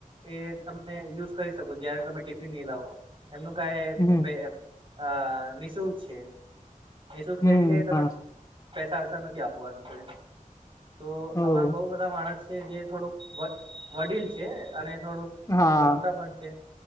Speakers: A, on the right; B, on the left.
A: એ તમે યુઝ કરી શકો. જયારે તમે ટિફિન ની લાવો એમનું કાઈ
B: હમ
A: પે એમ આ નિઃશુલ્ક છે નિઃશુલ્ક
B: હમ
A: એટલે તમે
B: હા
A: પૈસા વૈસા નથી આપવાનું છે તો
B: ઓ
A: આમાં બઉ બધ ધા માણસ છે જે થોડુંક વ વડીલ છે અને થોડુંક
B: હા
A: મોટા પણ છે.